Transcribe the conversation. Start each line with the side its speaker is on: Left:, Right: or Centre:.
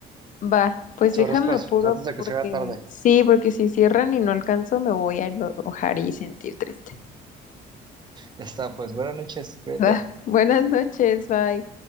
Left: Va, pues
Right: Sabrás
Left: déjame
Right: pues,
Left: apuro
Right: antes de
Left: porque
Right: que se haga tarde.
Left: sí, porque si cierran y no alcanzo me voy a enojar y sentir triste.
Right: Ya está, pues buenas noches, cuídate.
Left: Va, buenas noches, bye.